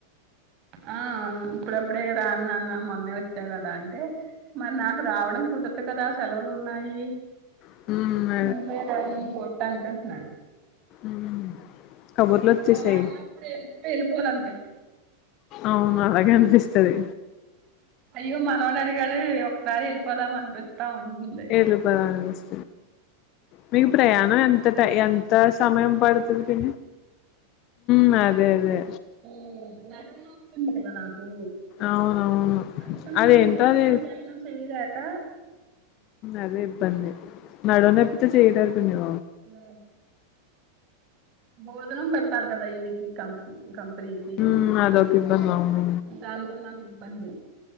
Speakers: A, on the right; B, on the left.
A: ఆ ఇప్పుడప్పుడే రాన్నాన్న మొన్నే వచ్చాను కదా అంటే మరి నాకు రావడం కుదరదు కదా సెలవులు ఉన్నాయి
B: మ్
A: నువ్వే రా ఎన్ చుట్టనికంటున్నాడు
B: మ్మ్ కబుర్లు వచ్చేసాయి
A: వాళ్ళు అలా ఉన్నప్పుడు ఎమ్ వెళ్ళిపోవాలన్ప్
B: అవును అలాగే అనిపిస్తది
A: అయ్యో మనవడు అడిగాడు ఒకసారి వెళ్ళిపోదాం అనిపిస్తా ఉంటుంది
B: ఏళ్ళుపదఞ్చ్ మీకు ప్రయాణం ఎంత ట ఎంత సమయం పడుతుంది మ్ అదే అదే
A: మ్ నడువు నొప్పి ఉంది రా నాకు
B: అవునవును
A: అందుకనే
B: అదేంటో
A: అంత విన
B: అది
A: ప్రయాణం చేయలేక
B: అదే ఇబ్బంది నడువనొప్పితో చేయలేారు కదా
A: ఆ బోధనం పెట్టాలి కదా ఈయకి కం కంపెనీకి
B: మ్మ్ అదొక ఇబ్బంది అవును
A: దాంతో నాకు ఇబ్బంది